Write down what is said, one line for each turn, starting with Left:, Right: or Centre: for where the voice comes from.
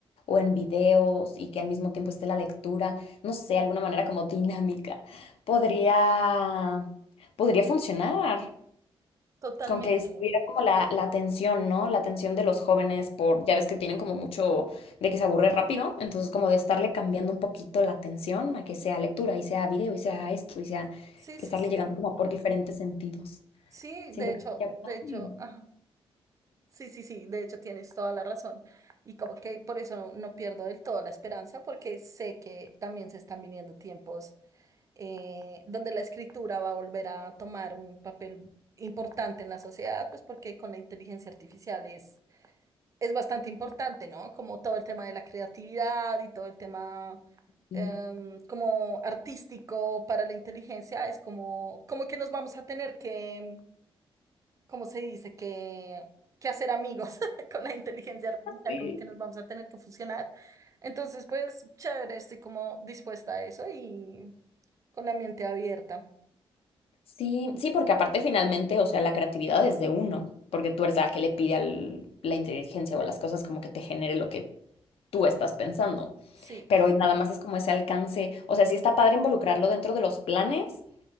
Left: o en videos y que al mismo tiempo esté la lectura, no sé, alguna manera como dinámica, podría, podría funcionar
Right: Totalmente.
Left: con que estuviera como la, la atención, ¿no? La atención de los jóvenes por, ya ves que tienen como mucho de que se aburre rápido, entonces como de estarle cambiando un poquito la atención a que sea lectura y sea video y sea esto y sea
Right: Sí,
Left: que
Right: sí,
Left: estarle
Right: sí.
Left: llegando como por diferentes sentidos.
Right: Sí,
Left: Siento
Right: de hecho,
Left: que estaría
Right: de
Left: padre.
Right: hecho, ajá. Sí, sí, sí, de hecho tienes toda la razón. Y como que por eso no, no pierdo del todo la esperanza, porque sé que también se están viniendo tiempos eh, donde la escritura va a volver a tomar un papel importante en la sociedad, pues porque con la inteligencia artificial es, es bastante importante, ¿no? Como todo el tema de la creatividad y todo el tema
Left: Sí.
Right: em, como artístico para la inteligencia, es como, como que nos vamos a tener que, ¿cómo se dice? Que, que hacer amigos <laughs> con la inteligencia artificial,
Left: Sí.
Right: como que nos vamos a tener que fusionar. Entonces, pues, chévere, estoy como dispuesta a eso y con la mente abierta.
Left: Sí, sí, porque aparte finalmente, o sea, la creatividad es de uno, porque tú eres la que le pide a la inteligencia o a las cosas como que te genere lo que tú estás pensando.
Right: Sí,
Left: pero nada más es como ese alcance, o sea, sí está padre involucrarlo dentro de los planes,